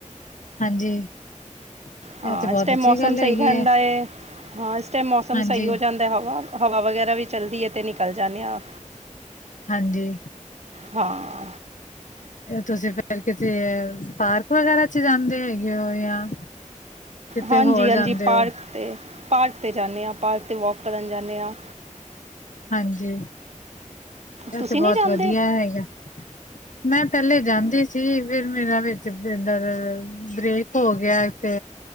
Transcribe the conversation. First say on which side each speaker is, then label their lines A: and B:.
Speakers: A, on the left (about 70°); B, on the right (about 55°).
A: ਹਾਂਜੀ, ਇਹ
B: ਹਾਂ,
A: ਤੇ ਬਹੁਤ
B: ਇਸ ਟਾਈਮ
A: ਅੱਛੀ
B: ਮੌਸਮ
A: ਗੱਲ ਹੈਗੀ
B: ਸਹੀ ਰਹਿੰਦਾ
A: ਹੈ
B: ਏ ਹਾਂ ਇਸ ਟਾਈਮ ਮੌਸਮ
A: ਹਾਂਜੀ
B: ਸਹੀ ਹੋ ਜਾਂਦਾ। ਹਵਾ ਹਵਾ, ਵਗੈਰਾ ਵੀ ਚਲਦੀ ਐ ਤੇ ਨਿਕਲ ਜਾਂਦੇ ਹਾਂ।
A: ਹਾਂਜੀ,
B: ਹਾਂ,
A: ਤੁਸੀਂ ਫੇਰ ਕਿਤੇ ਪਾਰਕ ਵਗੈਰਾ ਚ ਜਾਂਦੇ ਹੈਗੇ ਹੋ ਜਾਂ। ਕਿਤੇ
B: ਹਾਂਜੀ
A: ਹੋਰ
B: ਹਾਂਜੀ
A: ਜਾਂਦੇ
B: ਪਾਰਕ
A: ਹੋ
B: ਤੇ ਪਾਰਕ 'ਤੇ ਜਾਂਦੇ ਹਾਂ ਪਾਰਕ 'ਤੇ ਵੋਕ ਕਰਨ ਜਾਂਦੇ ਹਾਂ।
A: ਹਾਂਜੀ, ਇਹ
B: ਤੁਸੀਂ
A: ਤੇ ਬਹੁਤ
B: ਨਹੀਂ ਜਾਂਦੇ
A: ਵਧੀਆ ਹੈਗਾ। ਮੈਂ ਪਹਿਲੇ ਜਾਂਦੀ ਸੀ ਫਿਰ ਮੇਰਾ ਵਿੱਚ ਅੰਦਰ ਬ੍ਰੇਕ ਹੋ ਗਿਆ ਤੇ